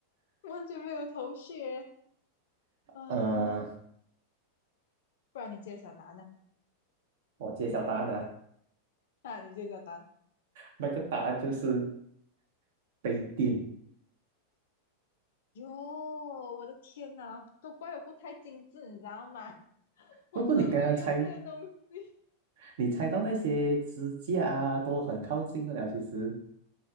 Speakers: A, on the left; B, on the right.
A: 完全没有头绪耶。呃
B: 呃，
A: 不然你揭晓答案呢？
B: 我揭晓答案了，
A: 啊，你揭晓答案。
B: 那个答案就是杯垫。
A: 哟，我的天呐，都怪我不太精致，你知道吗？<laughs> 我真的没有用这些东西，
B: 不过你刚刚猜，你猜到那些支架啊，都很靠近了。其实